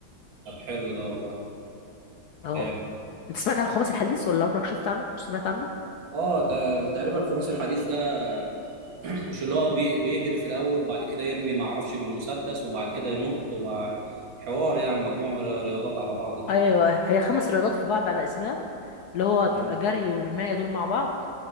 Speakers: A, on the right; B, on the left.
A: طب حلو ده والله
B: اه
A: جامد
B: أنت سمعت عن الخماسي الحديث ولا عمرك شفت عنه مش سمعت عنه؟
A: اه تا- تقريبا الخماس الحديث ده <clears throat> مش اللي هو بي- بيجري في الاول وبعد كده يرمي ما اعرفش بالمسدس وبعد كده ينط وبقى حوار يعني مجموعة من الرياضات على بعض كده
B: أيوه هي خمس رياضات في بعض على اسمها اللي هو بتبقى
A: امم
B: جري ورماية دول مع بعض